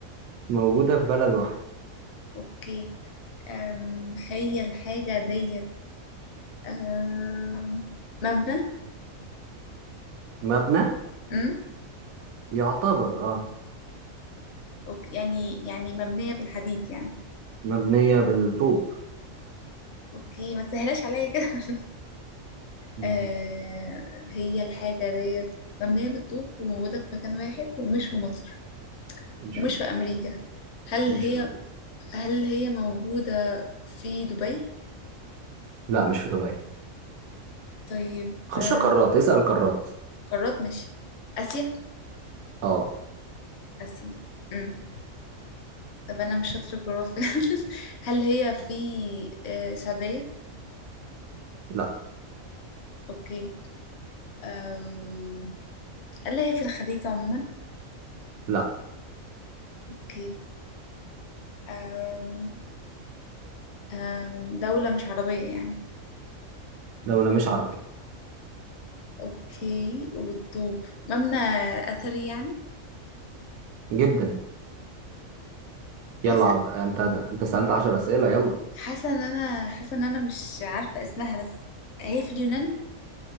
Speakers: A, on the right; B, on the left.
A: موجودة في بلد واحدة
B: اوكي أم، هي الحاجة ديت أم، مبنى
A: مبنى
B: أم؟
A: يعتبر اه
B: أوكي يعني يعني مبنية بالحديد يعني
A: مبنية بالطوب
B: اوكي ما تسهلاش عليا كده <laughs>
A: مم.
B: أه، هي الحاجة ديت مبنية بالطوب وموجودة في مكان واحد ومش في مصر
A: مش
B: ومش
A: في مصر
B: في أمريكا هل
A: مش
B: هي
A: في امريكا
B: هل هي موجودة في دبي؟
A: لا مش في دبي
B: طيب
A: خش
B: أه،
A: قارات اسأل قارات
B: قارات مش آسيا؟
A: اه
B: آسيا أم. طب أنا مش شاطرة في الجغرافيا <laughs> هل هي في آه، السعودية؟
A: لا
B: اوكي أم... هل هي في الخليج عموما
A: لا
B: اوكي أم... أم... دولة مش عربية يعني
A: دولة مش عربية
B: اوكي وبتطوب مبنى اثري يعني
A: جدا
B: حاسة
A: يلا عب... انت انت سألت عشر أسئلة يلا
B: حاسة ان انا حاسة ان انا مش عارفة اسمها بس هي في اليونان